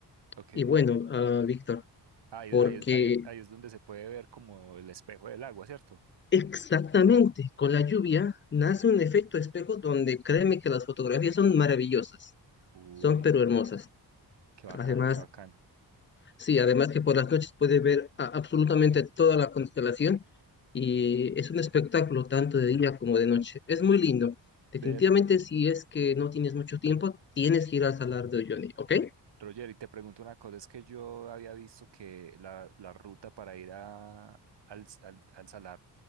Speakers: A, on the right; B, on the left.
A: Ok.
B: Y bueno, ah, Víctor,
A: Ahí,
B: porque
A: ahí, ahí, ahí es donde se puede ver como el espejo del agua, ¿cierto?
B: exactamente con la lluvia nace un efecto espejo donde créeme que las fotografías son maravillosas,
A: Uy,
B: son pero
A: no,
B: hermosas.
A: qué bacano,
B: Además,
A: qué bacano.
B: sí, además que por las noches puedes ver a- absolutamente toda la constelación y es un espectáculo tanto de día como de noche. Es muy lindo. Definitivamente,
A: Ver,
B: si es que no tienes mucho tiempo, tienes que ir al Salar de Uyuni, ¿ok?
A: Roger, y te pregunto una cosa, es que yo había visto que la, la ruta para ir a, al, al, al Salar